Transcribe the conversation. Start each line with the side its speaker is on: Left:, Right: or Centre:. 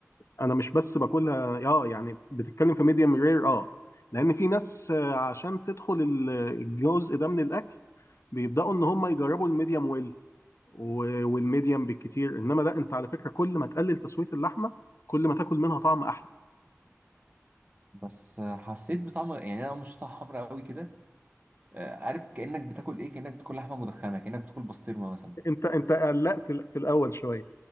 Left: انا مش بس باكلها اه يعني بتتكلم في ميديم رير اه لان في ناس آه، عشان تدخل ال- الجزء ده من الاكل بيبداوا ان هم يجربوا الميديم ويل و- والميديم بالكتير انما لا انت على فكره كل ما تقلل تسويه اللحمه كل ما تاكل منها طعم احلى
Right: بس آه، حسيت بطعم يعني انا مش طعم حمرا قوي كده آه، عارف كانك بتاكل ايه كانك بتاكل لحمه مدخنه كانك بتاكل بسطرمه مثلا
Left: انت انت قلقت في الاول شويه